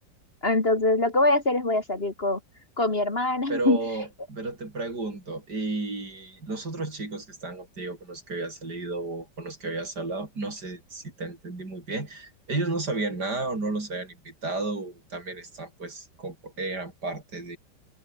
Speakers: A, on the left; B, on the right.
A: Entonces lo que voy a hacer es voy a salir con, con mi hermana.
B: Pero,
A: <laughs>
B: pero te pregunto, ¿y los otros chicos que están contigo, con los que habías salido o con los que habías hablado, no sé si te entendí muy bien, ellos no sabían nada o no los habían invitado o también están, pues, compo- eran parte